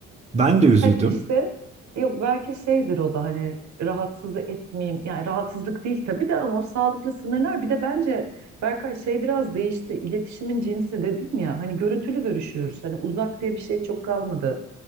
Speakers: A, on the right; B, on the right.
A: Ben de üzüldüm.
B: belki işte yok belki şeydir o da hani rahatsız etmeyeyim. Yani rahatsızlık değil tabii de ama o sağlıklı sınırlar bir de bence Berkay şey biraz değişti. İletişimin cinsi dedim ya hani görüntülü görüşüyoruz. Hani uzak diye bir şey çok kalmadı.